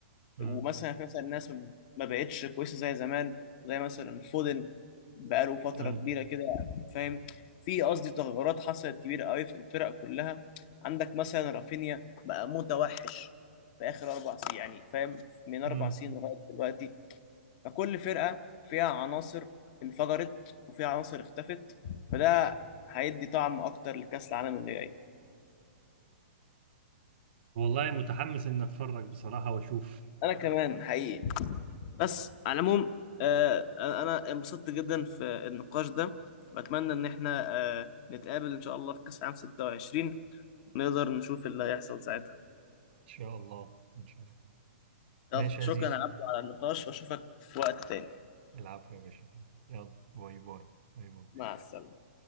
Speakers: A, on the right (about 60°); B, on the left (about 40°).
A: امم
B: ومثلا في مثلا الناس ما بقتش كويسه زي زمان زي مثلا فودن بقاله فتره
A: ايوه
B: كبيره كده فاهم في قصدي تغيرات حصلت كبيره قوي في الفرق كلها عندك مثلا رافينيا بقى متوحش في اخر اربع سنين يعني فاهم من اربع
A: امم
B: سنين لغايه دلوقتي فكل فرقه فيها عناصر انفجرت وفيها عناصر اختفت فده هيدي طعم اكتر لكاس العالم اللي جاي
A: والله متحمس ان اتفرج بصراحه واشوف
B: انا كمان حقيقي بس على العموم آه، انا انبسطت جدا في النقاش ده واتمنى ان احنا آه، نتقابل ان شاء الله في كاس عام 26 ونقدر نشوف اللي هيحصل ساعتها
A: ان شاء الله ان شاء الله ماشي
B: يلا شكرا
A: يا زيزو
B: يا عبدو على النقاش واشوفك في وقت تاني
A: العفو يا باشا يلا باي باي باي باي
B: مع السلامة